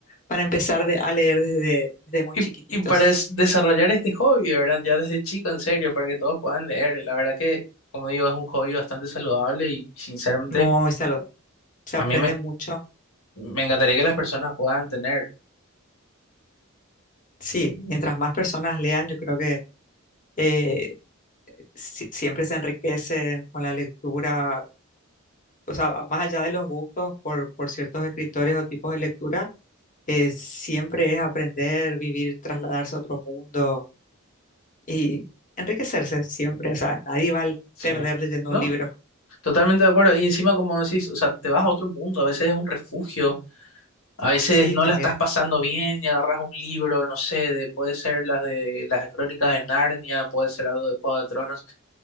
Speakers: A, on the left; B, on the left.
A: para empezar de- a leer desde, desde muy
B: Y,
A: chiquititos.
B: y para es- desarrollar este hobby, de verdad, ya desde chico, en serio, para que todos puedan leer. La verdad que, como digo, es un hobby bastante saludable y, y sinceramente
A: Muy saludable. se
B: a
A: aprende
B: mí me,
A: mucho.
B: me encantaría que las personas puedan tener.
A: Sí, mientras más personas lean, yo creo que eh, si- siempre se enriquecen con la lectura, o sea, a- más allá de los gustos por, por ciertos escritores o tipos de lectura, eh, siempre es aprender, vivir, trasladarse a otro mundo y enriquecerse siempre. O sea, nadie va a
B: Sí.
A: perder leyendo
B: No,
A: un libro.
B: totalmente de acuerdo. Y encima, como decís, o sea, te vas a otro mundo, a veces es un refugio, a veces
A: Sí,
B: no
A: también
B: la estás pasando bien y agarras un libro, no sé, de, puede ser las de las crónicas de Narnia, puede ser algo de Juego de Tronos.